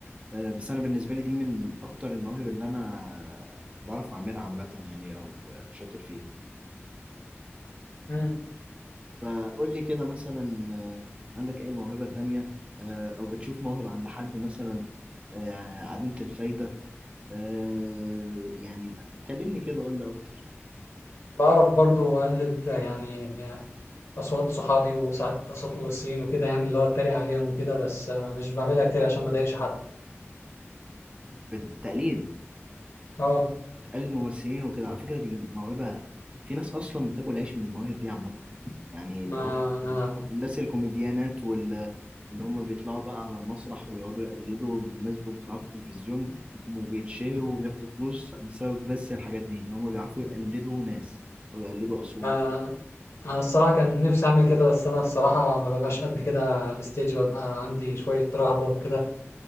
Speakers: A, on the right (about 25°); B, on the left (about 70°).
A: آه، بس أنا بالنسبة لي دي من أكتر المواهب اللي أنا بعرف أعملها عامة يعني أو آه، شاطر فيها
B: مم.
A: فقول لي كده مثلا آه، عندك أي موهبة تانية آه، أو بتشوف موهبة عند حد مثلا آه، عديمة الفايدة آه، يعني كلمني كده قول لي أكتر
B: بعرف برضو أقلد يعني أصوات صحابي وساعات أصوات ممثلين وكده يعني اللي هو أتريق عليهم وكده بس مش بعملها كتير عشان ما أضايقش حد
A: بت- تقليد
B: أه
A: تقلد ممثلين وكده على فكرة دي موهبة في ناس أصلا بتاكل عيش من المواهب دي عامة يعني اللي
B: ما
A: هو
B: أنا
A: الناس الكوميديانات وال اللي هم بيطلعوا بقى على المسرح ويقعدوا يقلدوا الناس اللي بيطلعوا في التلفزيون وبيتشهروا وبياخدوا فلوس بسبب بس الحاجات دي ان هم بيعرفوا يقلدوا ناس ويقلدوا اصوات
B: ما أنا الصراحة كان نفسي أعمل كده بس أنا الصراحة ما ببقاش قد كده على الستيج ببقى عندي شوية رهبة وكده